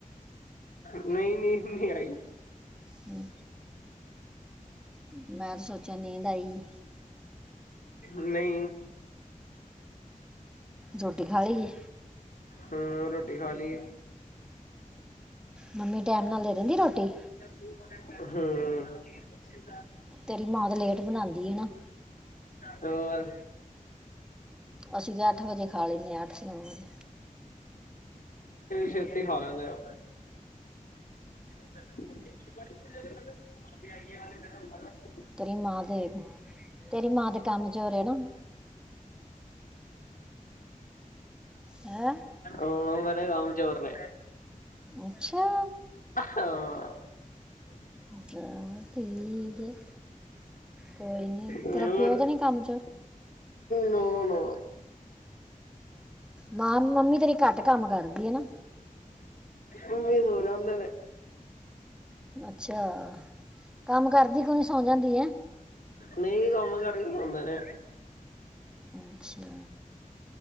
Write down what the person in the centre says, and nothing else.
ਹਮ ਮੈਂ ਤੇ ਸੋਚਿਆ ਨੀਂਦ ਆਈ।
ਰੋਟੀ ਖਾ ਲਈ ਜੀ
ਮੰਮੀ ਟੈਮ ਨਾਲ ਦੇ ਦਿੰਦੀ ਰੋਟੀ?
ਤੇਰੀ ਮਾਂ ਤਾਂ ਲੇਟ ਬਣਾਉਂਦੀ ਹੈ ਨਾ
ਅਸੀ ਤਾਂ ਅੱਠ ਵਜੇ ਖਾ ਲੈਂਦੇ ਹਾ, ਅੱਠ- ਨੌ ਵਜੇ
ਤੇਰੀ ਮਾਂ ਦੇ, ਤੇਰੀ ਮਾਂ ਦੇ ਕੰਮ ਚੋਰ ਆ ਨਾ ਹੈ
ਅੱਛਾ!
ਅੱਛਾ! ਠੀਕ ਹੈ ਕੋਈ ਨੀ
ਤੇਰਾ ਪਿਓ ਤੇ ਨੀ ਕੰਮ ਚ
ਨਾ ਮੰਮੀ ਤੇਰੀ ਘੱਟ ਕੰਮ ਕਰਦੀ ਐਨਾ
ਅੱਛਾ! ਕੰਮ ਕਰਦੀ ਕਿਉ ਨਹੀਂ ਸੌਂ ਜਾਂਦੀ ਹੈ
ਅੱਛਾ।